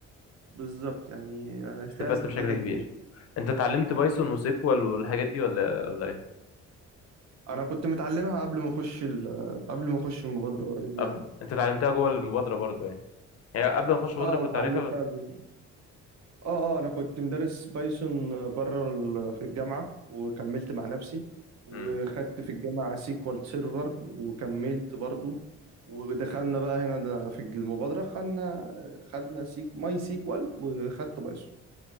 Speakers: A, on the right; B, on the left.
A: بالظبط يعني آه، فيها
B: استفدت
A: استفادة
B: بشكل
A: كبيرة
B: كبير انت اتعلمت بايثون وسيكوال والحاجات دي ولا ولا ايه
A: انا كنت متعلمها قبل ما اخش ال- قبل ما اخش المبادره اوريدي
B: أب...
A: يعني
B: انت اتعلمتها جوه المبادره برضو يعني يعني قبل ما اخش المبادره
A: اه
B: كنت
A: واتعلمتها
B: عارفها
A: قبل- اه اه انا كنت مدرس بايثون بره ال- في الجامعه وكملت مع نفسي وخدت
B: بس
A: في الجامعه سيكوال سيرفر وكملت برضو ودخلنا بقى هنا ده في المبادره خدنا خدنا سيك ماي سيكوال وخدت بايثون